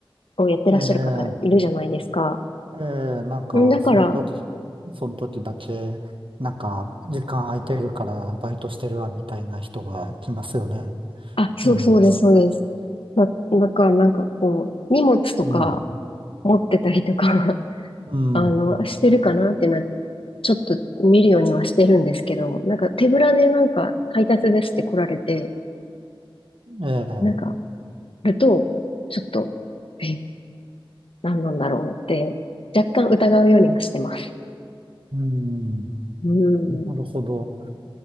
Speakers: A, on the left; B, on the right.
A: をやってらっしゃる方いるじゃないですか。
B: ええ、ええ、なんかその時、
A: んだから、
B: その時だけ、なんか時間空いてるからバイトしてるわみたいな人が来ますよね。
A: あ、そうそうです、
B: うん、
A: そうです。だ、だからなんかこう、荷物とか
B: うん、
A: 持ってたりとか <laughs>
B: うん。
A: あの、してるかなってな、ちょっと見るようにはしてるんですけど、なんか手ぶらでなんか配達ですって来られて、
B: ええ、
A: なんか、ると、ちょっと、え、何なんだろうって、若干疑うようにはしてます。
B: うん、
A: うん。
B: なるほど。